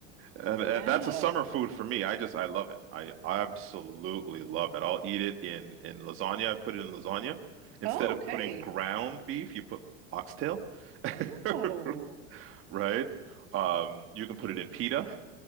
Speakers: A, on the right; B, on the right.
A: And,
B: Wow.
A: and that's a summer food for me. I just I love it. I absolutely love it. I'll eat it in in lasagna. I've put it in lasagna. Instead
B: Oh,
A: of
B: okay.
A: putting ground beef, you put oxtail,
B: Oh,
A: <laughs> right? Um, you can put
B: in-
A: it in pita,